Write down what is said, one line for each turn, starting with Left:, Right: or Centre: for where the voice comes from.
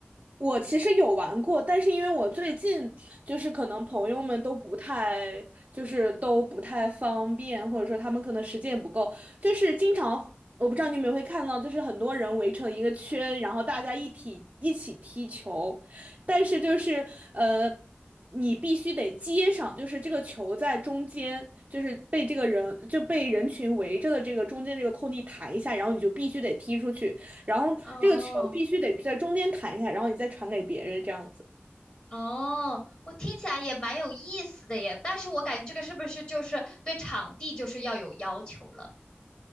Right: 我其实有玩过，但是因为我最近就是可能朋友们都不太，就是都不太方便，或者说他们可能时间也不够，就是经常我不知道你们会看到，就是很多人围成一个圈，然后大家一体一起踢球，但是就是呃，你必须得接上，就是这个球在中间，就是被这个人就被人群围着的这个中间这个空地弹一下，然后你就必须得踢出去。然后这个球必须得在中间弹一下，
Left: 哦，
Right: 然后你再传给别人这样子。
Left: 哦，我听起来也蛮有意思的耶，但是我感觉这个是不是就是对场地就是要有要求了？